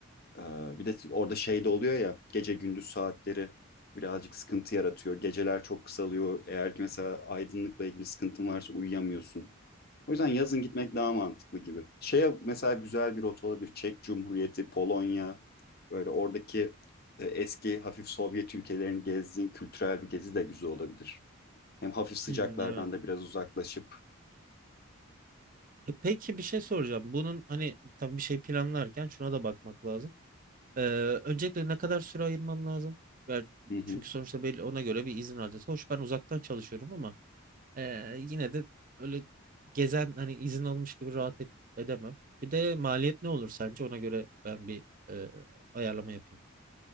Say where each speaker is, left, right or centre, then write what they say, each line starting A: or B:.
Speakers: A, on the left; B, on the right.
A: Ee, bir de orada şey de oluyor ya gece gündüz saatleri birazcık sıkıntı yaratıyor. Geceler çok kısalıyor. Eğer ki mesela aydınlıkla ilgili sıkıntın varsa uyuyamıyorsun. O yüzden yazın gitmek daha mantıklı gibi. Şeye mesela güzel bir rota olabilir. Çek Cumhuriyeti, Polonya, böyle oradaki e, eski hafif Sovyet ülkelerini gezdiğin kültürel bir gezi de güzel olabilir. Hem hafif sıcaklardan
B: Hmm, evet.
A: da biraz uzaklaşıp.
B: E Peki bir şey soracağım. Bunun hani tabii bir şey planlarken şuna da bakmak lazım. Ee, öncelikle ne kadar süre ayırmam lazım? Yani
A: Hı hı.
B: çünkü sonuçta belli ona göre bir izin alacağız. Hoş ben uzaktan çalışıyorum ama Ee, yine de öyle gezen hani izin almış gibi rahat et- edemem. Bir de maliyet ne olur sence? Ona göre ben bir e, ayarlama yapayım.